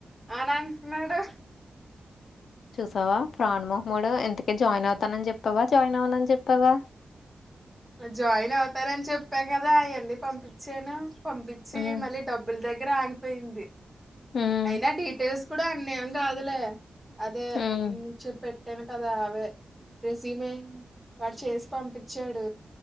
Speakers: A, in the centre; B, on the left.
A: అన అంట్నాడు
B: చూసావా ప్రాణ్ మోహముడు. ఇంతకే జాయిన్ అవుతానని చెప్పావా. జాయిన్ అవనని చెప్పావా.
A: జాయిన్ అవుతాని చెప్పా కదా. అయ్యన్నీ పంపించాను. పంపించి
B: హ్మ్
A: మళ్ళీ డబ్బులు దగ్ గ్గర ఆగిపోయింది.
B: హ్మ్
A: అయినా డీటెయిల్స్ కూడా ఆ మేం గాదులే అదే
B: హ్మ్ హ్మ్.
A: ఉమ్మ్ చెప్పెట్ కాట్టేను కదా అవే. రిస్యూమేన్ వాడు చేసి పంపించాడు.